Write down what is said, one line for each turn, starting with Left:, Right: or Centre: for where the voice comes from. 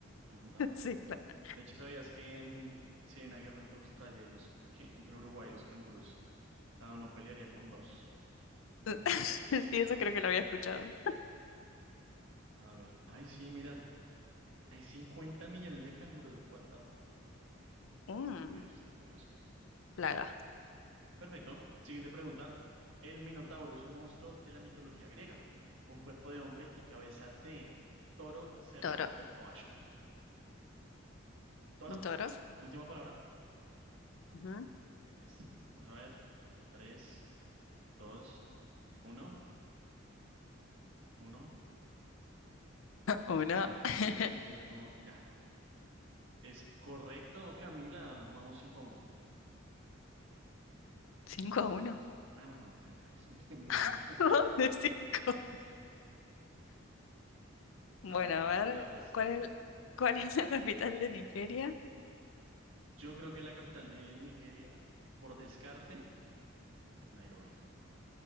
Right: me han contado.
Left: Sí, claro.
Right: De hecho, ¿sabías que mm, si hay una guerra entre Australia y los... ¿Qué? Entre Uruguay y los canguros, cada uno pelearía con dos?
Left: <laughs> Sí, eso creo que lo había escuchado.
Right: A ver. Ay, sí, mira. Hay 50 millones de canguros. What the... f- Ok.
Left: Mm,
Right: Está curioso, está curioso.
Left: plaga.
Right: Perfecto. Siguiente pregunta. El Minotauro es un monstruo de la mitología griega, con cuerpo de hombre y cabeza de toro, cerdo
Left: Toro.
Right: o caballo. Toro,
Left: ¿Un toro?
Right: última palabra.
Left: Ujú.
Right: Listo. Vamos a ver. Tres, dos, uno, uno.
Left: Uno.
Right: Ah, no.
Left: <laughs>
Right: El tiempo no. Ya. Es correcto, Camila. Vamos 5 a uno.
Left: Cinco a uno.
Right: Ah, no, sí. <laughs> 2 1.
Left: <laughs> ¿Dónde cinco? Bueno,
Right: A ver,
Left: a ver,
Right: la pues.
Left: ¿cuál es, cuál es la capital de Nigeria?
Right: Yo creo que la capital de Nigeria, por descarte, es Nairobi.